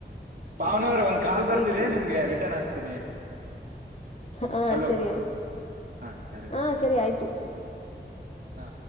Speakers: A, on the right; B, on the left.
A: ಪಾವನವ್ರ
B: ಹ್ಮ್
A: ಒಂದ್ ಕಾಲ್ ಬರ್ತಿದ್ದ
B: ಇರ್ಲಿ ಇರ್ಲಿ
A: ನಿಮ್ಗೆ ರಿಟರ್ನ್ ಹಸ್ತೀನಿ
B: ಹಾ
A: ಹಲೋ
B: ಸರಿ ಆಯ್ತು
A: ಹಾ ಸರಿ
B: ಹಾ ಸರಿ ಆಯ್ತು
A: ಹಾ